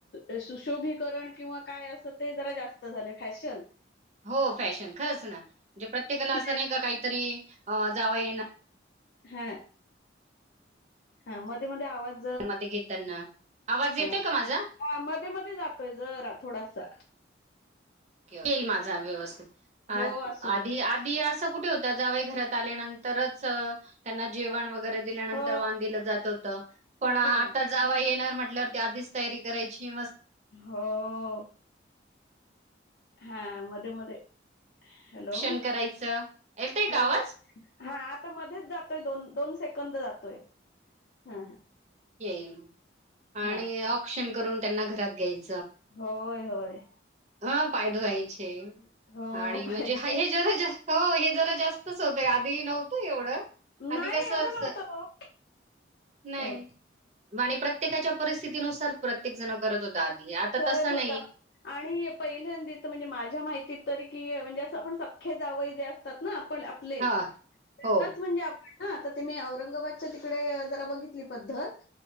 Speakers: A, on the left; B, on the right.
A: असशोभीकरण. किंवा काय अस ते जरा जास्त झालयं फॅशन.
B: हो फॅशन खरंच ना... म्हणजे प्रत्येकाला असं
A: ते
B: नाही का काहीतरी जावं ये ना.
A: हा. हा मध्ये मध्ये आवाज.
B: <unintelligible> मध्ये घेताना. आवाज येतोय
A: हा..
B: का माझा
A: हा.. मध्ये मध्ये जातोय जरा.. आ थोडासा.
B: तेल माझा व्यवस्थित.
A: हो
B: अ-आधी
A: असू दे
B: आधी असं कुठे होतं. जावई घरात आल्यानंतरच- त्यांना जेवण वगैरे दिल्यानंतर
A: हो
B: वान दिलं जात होतं. पण
A: हो
B: आता
A: हो
B: जावा येणार म्हटल्या- म्हटल्यावरती आधीच तयारी करायची मस्त.
A: हो... हॊ... हा मध्ये मध्ये... हॅलो
B: ऑक्शन करायचं येतय
A: हो...
B: का आवाज
A: हा आता मध्येच जातोय. दोन दोन सेकंद जातोय. हा.. हा..
B: येईल
A: हा
B: आणि औक्षण करून त्यांना घरात घ्यायचं.
A: होय.. होय..
B: हा पाय धुवायचे
A: हो
B: आणि
A: पाय
B: म्हणजे
A: दुखायला
B: हा हे जरा जास्तचं- हो हे जरा जास्तच होतंय... आधी नव्हतं एवढं..
A: नाही
B: आधी कसच.
A: एवढं नव्हतं ओ
B: नाही
A: तेच
B: आणि प्रत्येकाच्या परिस्थितीनुसार प्रत्येक जण. करत होता आधी आता
A: करत
B: तसं
A: होता
B: नाही.
A: आणि पहिल्यांदी तर म्हणजे माझ्या माहितीत- तरी कि म्हणजे अस आपण सख्खे जावय जे असतात ना आपण आपले
B: हा
A: त्यांनाच
B: हो
A: म्हणजे आपण- हा आता त मी औरंगाबादच्या तिकडे जरा बघितली पद्धत